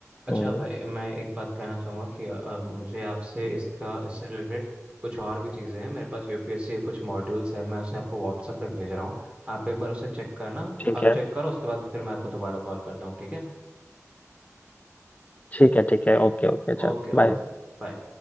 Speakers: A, on the right (about 25°); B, on the left (about 25°).
A: अच्छा
B: हम्म,
A: भाई मैं एक बात कहना चाहूँगा कि अ, मुझे आपसे इसका इससे रिलेटेड कुछ और भी चीज़ें हैं मेरे पास यूपीएससी के कुछ मॉड्यूल्स हैं मैं उसे आपको व्हाट्सएप पे भेज रहा हूँ आप एक बार उसे चेक करना
B: ठीक
A: तो आप
B: है
A: चेक करो उसके बाद फिर मैं आपको दोबारा कॉल करता हूँ ठीक है
B: ठीक है ठीक है ओके ओके चल
A: Okay
B: बाय
A: okay बाय